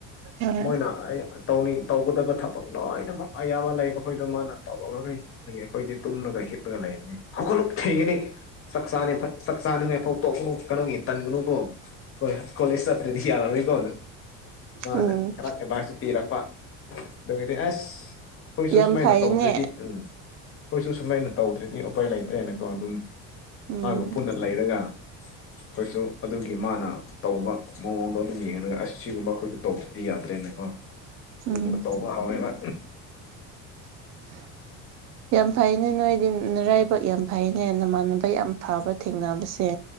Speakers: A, on the right (about 50°); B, on the left (about 40°).
A: ꯍꯣꯏ
B: ꯃꯣꯏꯅ ꯑꯩ ꯇꯧꯅꯤ ꯇꯧꯒꯗꯕ ꯊꯥ ꯂꯣꯏꯅꯃꯛ ꯑꯌꯥꯕ ꯂꯩꯕ ꯈꯣꯏꯗꯣ ꯃꯥꯅ ꯇꯧ <unintelligible> ꯑꯗꯒꯤ ꯑꯈꯣꯏꯗꯤ ꯇꯨꯝꯂꯒ ꯍꯤꯞꯂꯒ ꯂꯩꯕꯅꯤ ꯍꯧꯒꯠꯂꯨ ꯊꯦꯡꯉꯦꯅꯦ ꯆꯥꯛ ꯆꯥꯅꯤ ꯆꯥꯛ ꯆꯥꯅꯤꯡꯉꯥꯏ ꯐꯧ ꯇꯧꯒꯅꯨ ꯀꯩꯅꯣꯒꯤ ꯇꯟꯒꯅꯨꯀꯣ <unintelligible> ꯀꯣꯂꯤꯁ ꯆꯠꯇ꯭ꯔꯤꯗꯤ ꯌꯔꯣꯏꯀꯣ ꯃꯥꯅ
A: ꯎꯝ
B: ꯈꯔ ꯑꯦꯗꯕꯥꯢꯁ ꯄꯤꯔꯛꯄ ꯑꯗꯨꯒꯗꯤ ꯑꯁ ꯑꯈꯣꯏꯁꯨ
A: ꯌꯥꯝ
B: ꯁꯨꯃꯥꯏꯅ
A: ꯐꯩꯅꯦ
B: ꯇꯧꯗ꯭ꯔꯗꯤ ꯎꯝ ꯑꯈꯣꯏꯁꯨ ꯁꯨꯃꯥꯏꯅ ꯇꯧꯗ꯭ꯔꯗꯤ ꯎꯄꯥꯏ ꯂꯩꯇ꯭ꯔꯦꯅꯦꯀꯣ ꯑꯗꯨꯝ
A: ꯎꯝ
B: ꯃꯥꯒ ꯄꯨꯟꯅ ꯂꯩꯔꯒ ꯑꯩꯈꯣꯏꯁꯨ ꯑꯗꯨꯒꯤ ꯃꯥꯅ ꯇꯧꯕ ꯃꯑꯣꯡ ꯑꯣ ꯑꯗꯨꯝ ꯌꯦꯡꯉꯒ ꯑꯁ ꯁꯤꯒꯨꯝꯕ ꯑꯩꯈꯣꯏꯁꯨ ꯇꯧꯗꯗꯤ ꯌꯥꯗ꯭ꯔꯦꯅꯀꯣ ꯑꯗꯨꯝ
A: ꯎꯝ
B: ꯇꯧꯕ ꯍꯧꯎꯋꯦꯕ
A: <unintelligible> ꯌꯥꯝ ꯐꯩꯅꯦ ꯅꯣꯏꯗꯤꯅꯥꯔꯥꯏꯕꯛ ꯌꯥꯝ ꯐꯩꯅꯦ ꯅꯃꯥꯟꯅꯕ ꯌꯥꯝ ꯐꯕ ꯊꯦꯡꯅꯕꯁꯦ